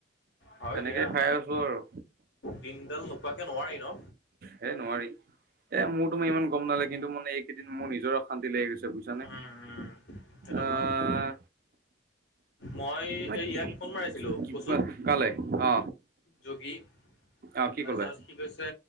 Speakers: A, on the left; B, on the right.
A: হয়
B: তেনেকে
A: দিয়া
B: খাই আছো আৰু।
A: দিনডাল নোখোৱাকে নোৱাৰি ন?
B: হে নোৱাৰি, এ মোৰ তুমি ইমান গম নালাগে কিন্তু মানে এইকেইদিন মোৰ নিজৰ অশান্তি লাগি গৈছে বুজানে।
A: উম, উম, সেইটো
B: আহ
A: হয়। মই
B: মানে
A: এই ইয়াক ফোন মাৰিছিলো
B: কিবা
A: কচুক।
B: কালে অ
A: যোগী,
B: অ কি
A: তাৰপিছত
B: ক'লে
A: সি কৈছে